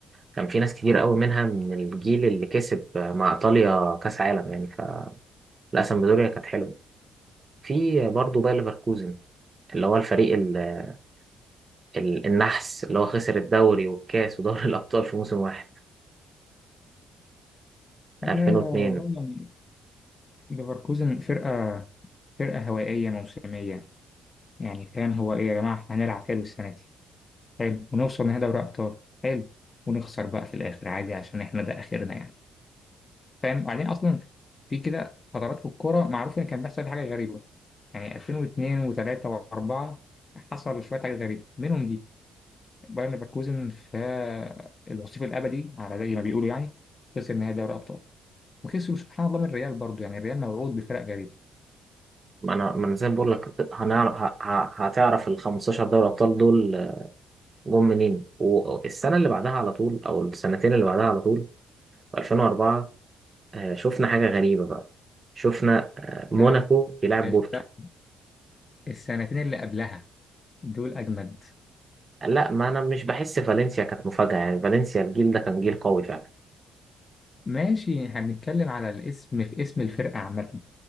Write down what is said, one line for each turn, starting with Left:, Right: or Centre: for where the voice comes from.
Right: كان في ناس كتير قوي منها من الجيل اللي كسب آه، مع إيطاليا كأس عالم يعني فالأسمبدوريا كانت حلوة في برضه باير ليفركوزن اللي هو الفريق ال- ال- النحس اللي هو خسر الدوري والكاس ودوري <laughs> الأبطال في موسم واحد
Left: آه
Right: 2002
Left: والله يعني ليفركوزن فرقه فرقه هوائيه موسميه يعني فاهم هو ايه يا جماعه احنا هنلعب حلو السنه دي حلو ونوصل نهائي دوري ابطال حلو ونخسر بقى في الاخر عادي عشان احنا ده اخرنا يعني فاهم وبعدين اصلا في كده فترات في الكوره معروف ان كان بيحصل حاجه غريبه يعني 2002 و3 و4 حصل شويه حاجات غريبه منهم دي بايرن ليفركوزن في الوصيف الابدي على زي ما بيقولوا يعني خسر نهائي دوري ابطال وخسروا سبحان الله من الريال برضو يعني الريال موعود بفرق غريب
Right: ما انا ما انا زي ما بقول لك هنعرف ه- ه- هتعرف ال 15 دوري ابطال دول جم منين والسنه اللي بعدها على طول او السنتين اللي بعدها على طول في 2004 آه، شفنا حاجه غريبه بقى شفنا آه، موناكو
Left: لا
Right: بيلعب
Left: الفرق
Right: بورتو
Left: السنتين اللي قبلها دول اجمد
Right: لا ما انا مش بحس فالنسيا كانت مفاجاه يعني فالنسيا الجيل ده كان جيل قوي فعلا
Left: ماشي هنتكلم على الاسم في اسم الفرقه عامه